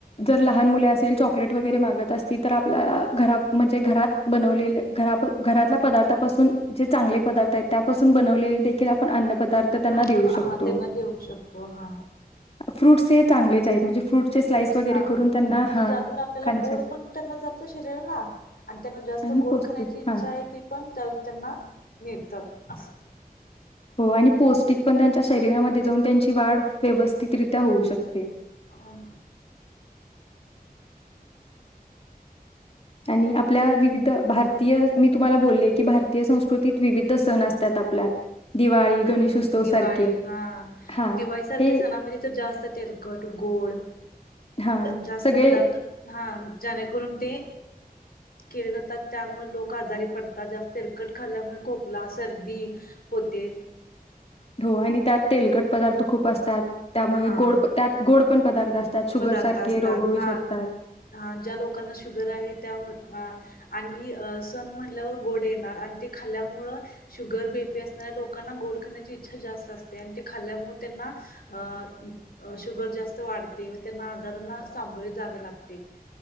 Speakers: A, on the left; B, on the left.
A: जर लहान मुले असेल चॉकलेट वगैरे मागत असतील तर आपल्याला घरा घर म्हणजे घरात बनवले घरातल्या पदार्थापासून जे चांगले पदार्थ आहेत त्यापासून बनवलेलेखील आपण अन्न पदार्थ त्यांना
B: अन्न
A: देऊ
B: हा
A: शकतो.
B: त्यांना देऊ शकतो हा
A: फ्रुट्स <unintelligible> स्लाईस
B: फ्रूट्स
A: वगैरे
B: हा म्हणजे
A: करून त्यांना हां,
B: ज्यातून आपल्याला
A: खाण्यासाठी
B: गोड पण त्यांना जातं शरीराला आणि त्यांना जास्त
A: आणि
B: गोड
A: पौष्टिक
B: खाण्याची इच्छा
A: हां.
B: आहे ती पण त्यांना मिळत. असं
A: हो आणि पौष्टिक पण त्यांना च्या शरीरामध्ये
B: आणि
A: जाऊन त्यांची वाढ व्यवस्थितरित्या होऊ शकते.
B: आम
A: आणि आपल्या विविध भारतीय मी तुम्हाला बोलले की भारतीय संस्कृतीत विविध सण असत्यात आपल्यात दिवाळी,
B: हा
A: गणेशोत्सव
B: दिवाळी
A: सारखे
B: हा
A: हां
B: दिवाळी सारख्या
A: हे
B: सणामध्ये तर जास्त तेलकट गोड
A: हां
B: जास्त
A: सगळे
B: पदार्थ हा ज्याणेकरून ते केले जातात त्यामुळ लोक आजारी पडतात, जास्त तेलकट खाल्ल्यामुळे खोकला, सर्दी होते.
A: हो आणि त्यात तेलकट पदार्थ खूप असतात. त्यामुळे
B: हा
A: गोड त्यात गोड पण पदार्थ असतात शुगर
B: पदार्थ
A: सारखे
B: असतात
A: रोग होऊ
B: हा
A: शकतात
B: हा ज्या लोकांना शुगर आहे त्या आणि सण म्हणल्यावर गोड येणार आणि ते खाल्ल्यामुळं शुगर बी पी असणाऱ्या लोकांना गोड खाण्याची इच्छा जास्त असते आणि ते खाल्ल्यामुळं त्यांना अं अ शुगर जास्त वाढत ते व्ह त्यांना आजारांना सामोरे जावे लागते.